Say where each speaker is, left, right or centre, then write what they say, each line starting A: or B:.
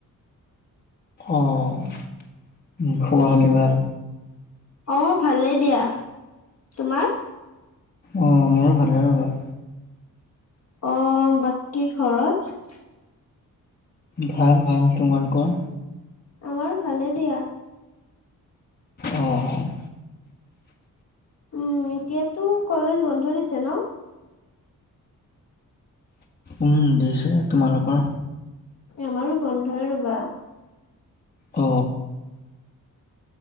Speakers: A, on the left; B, on the left.
A: অ', খবৰ
B: উম।
A: খাতি ভাল?
B: অ', ভালেই দিয়া। তোমাৰ?
A: অ', মোৰো ভালে ৰ'বা।
B: অ', বাকী ঘৰত
A: ভাল ভাল। তোমালোকৰ?
B: আমাৰো ভালে দিয়া।
A: অ'।
B: উম এতিয়াতো কলেজ বন্ধ দিছে ন।
A: উম দিছে। তোমালোকৰ
B: আমাৰো বন্ধই ৰবা।
A: অ